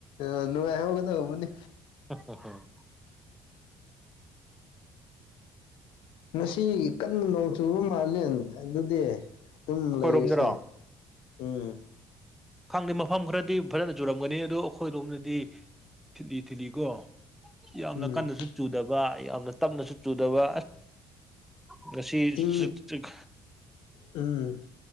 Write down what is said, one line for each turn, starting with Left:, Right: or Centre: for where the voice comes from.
Left: ꯑ ꯅꯨꯡꯉꯥꯏ ꯍꯧꯒꯗꯧꯕꯅꯤ
Centre: <unintelligible>
Left: ꯉꯁꯤꯒꯤ ꯀꯥꯟꯅ ꯅꯣꯡ ꯆꯨꯕ ꯃꯥꯂꯦꯟ ꯑꯗꯨꯗꯤ ꯑꯗꯨꯝ
Centre: ꯑꯩꯈꯣꯏꯔꯣꯝꯗꯔꯣ
Left: ꯂꯩꯔꯤꯁꯦ ꯎꯝ
Centre: ꯈꯪꯗꯦ ꯃꯐꯝ ꯈꯔꯗꯤ ꯐꯖꯅ ꯆꯨꯔꯝꯒꯅꯤ ꯑꯗꯣ ꯑꯩꯈꯣꯏ ꯂꯣꯝꯅꯗꯤ ꯊꯤꯠꯂꯤ ꯊꯤꯠꯂꯤꯀꯣ ꯌꯥꯝꯅ
Left: ꯎꯝ
Centre: ꯀꯥꯟꯅꯁꯨ ꯆꯨꯗꯕ ꯌꯥꯝꯅ ꯇꯞꯅꯁꯨ ꯆꯨꯗꯕ ꯉꯁꯤ
Left: ꯆꯤꯡ
Centre: ꯆꯠ ꯆꯠ
Left: ꯎꯝ